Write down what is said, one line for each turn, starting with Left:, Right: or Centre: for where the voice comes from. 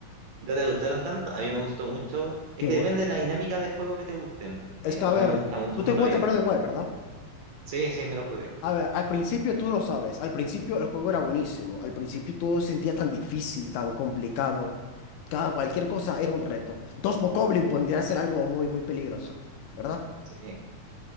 Right: ¿No te gustaron tanto? A mí me gustó mucho. Es
Left: Qué
Right: que
Left: bu-
Right: depende de la dinámica de juego que te gusten. Eh,
Left: Es que, a
Right: a
Left: ver,
Right: mí me gusta mucho
Left: tú
Right: el
Left: te
Right: mundo
Left: jugaste
Right: abierto.
Left: Breath of the Wild, ¿verdad?
Right: Sí, sí, me lo jugué.
Left: A ver, al principio tú lo sabes, al principio el juego era buenísimo, al principio todo se sentía tan difícil, tan complicado, cada cualquier cosa era un reto. Dos Bokoblin podría ser algo muy, muy peligroso, ¿verdad?
Right: Sí, sí,